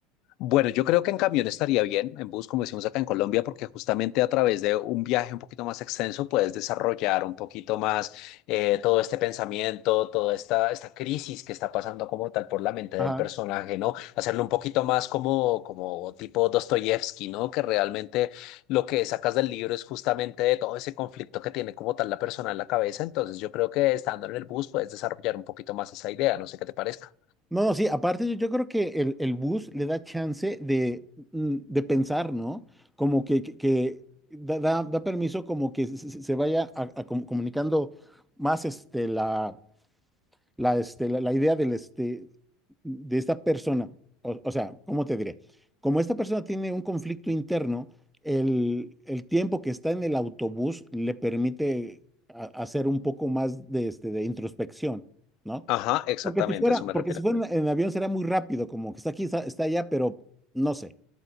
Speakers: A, on the left (about 60°); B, in the centre.
A: Bueno, yo creo que en camión estaría bien, en bus, como decimos acá en Colombia, porque justamente a través de un viaje un poquito más extenso puedes desarrollar un poquito más eh, todo este pensamiento, toda esta, esta crisis que está pasando como tal por la mente
B: Ajá.
A: del personaje, ¿no? Hacerlo un poquito más como, como tipo Dostoyevsky, ¿no? Que realmente lo que sacas del libro es justamente de todo ese conflicto que tiene como tal la persona en la cabeza. Entonces, yo creo que estando en el bus puedes desarrollar un poquito más esa idea, no sé qué te parezca.
B: No, no, sí, aparte yo, yo creo que el, el bus le da chance de, mm, de pensar, ¿no? Como que, que, que da, da, da permiso como que se, se- se vaya a- a com- comunicando más este, la, la, este, la, la idea del, este, de esta persona. O, o sea, ¿cómo te diré? Como esta persona tiene un conflicto interno, el, el tiempo que está en el autobús le permite a- hacer un poco más de, este, de introspección, ¿no?
A: Ajá, exactamente,
B: Porque si fuera,
A: a eso me
B: porque
A: refiero.
B: si fuera en avión será muy rápido, como que está aquí, está, está allá, pero no sé.